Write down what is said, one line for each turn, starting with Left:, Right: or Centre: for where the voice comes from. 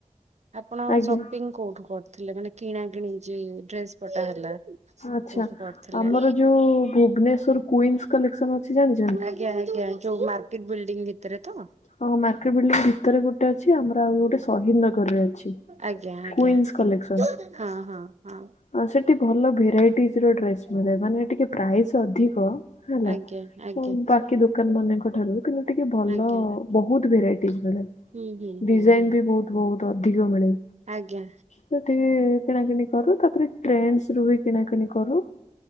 Right: ଆପଣ
Left: ଆଜ୍ଞା
Right: ସପିଙ୍ଗ କୋଉଠୁ କରୁଥିଲେ, ମାନେ କିଣା କିଣି ଯେ ଡ୍ରେସ ପଟା ହେଲା କୋଉଠୁ
Left: ଆଚ୍ଛା
Right: କରିଥିଲେ?
Left: ଆମର ଯୋଉ ଭୁବନେଶ୍ଵର କୁଇନ୍ସ କଲେକ୍ସନ ଅଛି ଜାଣି
Right: ଆଜ୍ଞା, ଆଜ୍ଞା ଯୋଉ ମାର୍କେଟ ବିଲଡିଂ ଭିତରେ ତ?
Left: ହଁ ମାର୍କେଟ ବିଲଡିଂ ଭିତରେ ଗୋଟେ ଅଛି, ଆମର ଆଉ ଗୋଟେ ସହିଦ ନ ଅଛି,
Right: ଆଜ୍ଞା ଆଜ୍ଞା
Left: କ୍ୱିନ୍ସ କଲେକ୍ସନ।
Right: ହୁଁ। ହଁ ହଁ ହଁ।
Left: ହଁ ସେଠି ଭଲ ଭେରାଇଟିଜ ର ଡ୍ରେସ୍ ମିଳେ, ମାନେ ଟିକେ ପ୍ରାଇସ୍ ଅଧିକ ହେଲା
Right: ଆଜ୍ଞା ଆଜ୍ଞା
Left: ବାକି ଦୋକାନ ମାନଙ୍କ ଠାରୁ କିନ୍ତୁ ଟିକେ ଭଲ
Right: ଆଜ୍ଞା
Left: ବହୁତ ଭେରାଇଟିଜ ମିଳେ।
Right: ହୁଁ ହୁଁ ହୁଁ
Left: ଡିଜାଇନ
Right: ହୁଁ
Left: ବି ବହୁତ ବହୁତ ଅଧିକ ମିଳେ।
Right: ଆଜ୍ଞା।
Left: ସେଟି କିଣାକଣି କରୁ ତାପରେ ଟ୍ରେଣ୍ଡସ୍ ରୁ ବି କିଣାକଣି କରୁ।